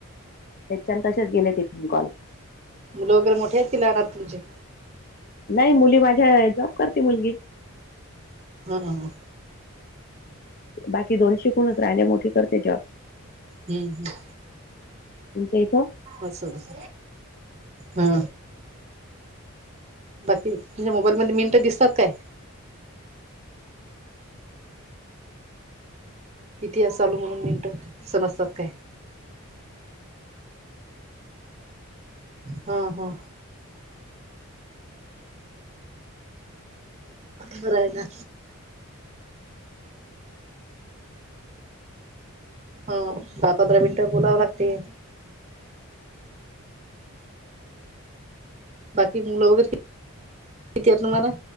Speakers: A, on the left; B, on the right.
A: त्याच्या तसेच गेले तिथून कॉल
B: मुलं वगैरे मोठेत की लहान आहेत तुमचे?
A: नाई, मुली माझ्या जॉब करते मुलगी.
B: ह ह ह
A: बाकी दोन शिकूनच राहिले. मोठीे करते जॉब.
B: हम्म हम्म
A: तुमच्या इथ
B: असच, हा बाकी, तूझ्या मोबाईलमध्ये मिनटं दिसतात काय? किती आहे चालू म्हणून मिनट समजतात काय? ह ह खर आहे ना.
A: <inaudible>
B: हा दहा, पंधरा मिनिट बोलाव लागतय. बाकी, मुल वगैरे किती आहेत तुम्हाला.